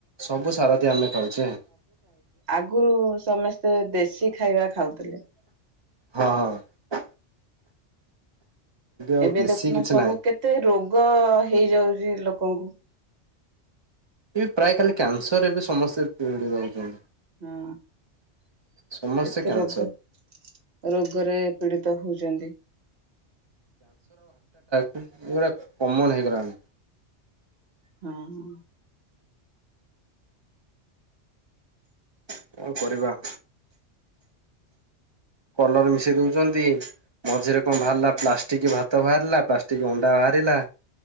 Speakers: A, on the right (about 25°); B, on the right (about 60°).
A: ସବୁ ସାରଦିଆ ଆମେ ଖାଉଛେ?
B: ଆଗୁରୁ ସମେସ୍ତେ ଦେଶୀ ଖାଇବା ଖାଉଥିଲେ।
A: ହଁ ହଁ। ଆଉ
B: ଏବେ
A: ଦେଶୀ
B: ଦେଖୁନ
A: କିଛି
B: ସବୁ
A: ନାହିଁ।
B: କେତେ ରୋଗ ହେଇଯାଉଚି ଲୋକଙ୍କୁ।
A: ଏ ପ୍ରାୟେ ଖାଲି କ୍ୟାନ୍ସର ଏବେ ସମସ୍ତେ ପୀଡିତ ହଉଚ
B: ହୁଁ
A: ସମସ୍ତେ
B: କେତେ
A: କ୍ୟାନସର।
B: ରୋଗ ରୋଗରେ ପୀଡିତ ହଉଛନ୍ତି।
A: ଏଗୁରା କମନ୍ ହେଇଗଲାଣି।
B: ହୁଁ ହୁଁ
A: କଣ କରିବା? କଲର ମିଶେଇ ଦଉଛନ୍ତି ମଝିରେ କଣ ବାହାରିଲା ପ୍ଲାଷ୍ଟିକ୍ ଭାତ ବାହାରିଲା ପ୍ଲାଷ୍ଟିକ୍ ଅଣ୍ଡା ବାହାରିଲା